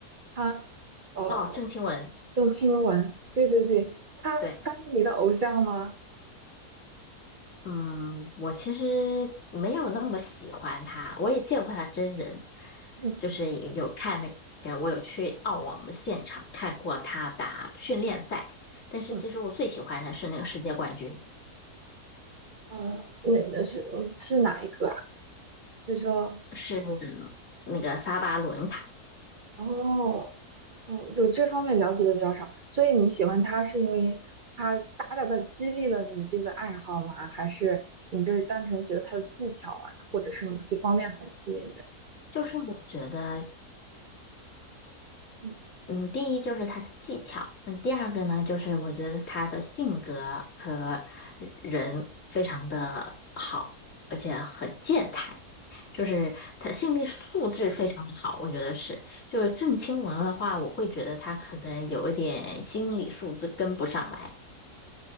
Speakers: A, on the right; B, on the left.
A: 她呃
B: 哦，郑钦文，
A: 郑钦文，对对对，她她是你的偶像吗？
B: 对，嗯，我其实没有那么喜欢他，我也见过他真人，
A: 嗯
B: 就是也有看那个，我有去澳网的现场看过他打训练赛，但是其实我最喜欢的是那个世界冠军，
A: 嗯呃，那那是是哪一个啊？是说
B: 是那个萨巴伦卡，
A: 哦哦，就这方面了解的比较少，所以你喜欢她是因为她大大的激励了你这个爱好吗？还是你就是单纯觉得她的技巧啊，或者是某些方面很吸引人？
B: 就是我觉得。
A: 嗯。
B: 嗯，第一就是他的技巧，那第二个呢，就是我觉得他的性格和人非常的好，而且很健谈，就是他心理素质非常的好，我觉得是。就是郑钦文的话，我会觉得他可能有一点心理素质跟不上来。